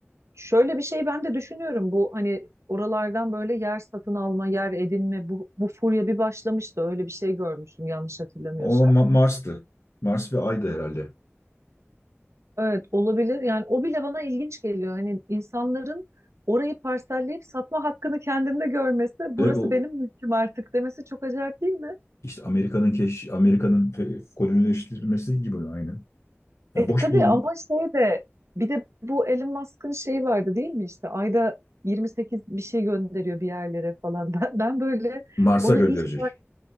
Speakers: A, on the right; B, on the left.
A: şöyle bir şey ben de düşünüyorum. Bu hani oralardan böyle yer satın alma, yer edinme bu, bu furya bir başlamıştı. Öyle bir şey görmüştüm yanlış hatırlamıyorsam.
B: o Ma- Mars'tı. Mars ve Ay'dı herhalde.
A: Evet olabilir. Yani o bile bana ilginç geliyor. Hani insanların orayı parselleyip satma hakkını kendinde görmesi, burası
B: E o
A: benim mülküm artık demesi çok acayip değil mi?
B: işte Amerika'nın keş Amerika'nın fe- kolonileştirilmesi gibi aynı.
A: E
B: Yani boş
A: tabii
B: bul
A: ama şey de bir de bu Elon Musk'ın şeyi vardı değil mi işte ayda 28 bir şey gönderiyor bir yerlere falan. <laughs> Ben, ben böyle
B: Mars'a
A: onu
B: gönderecek.
A: ilk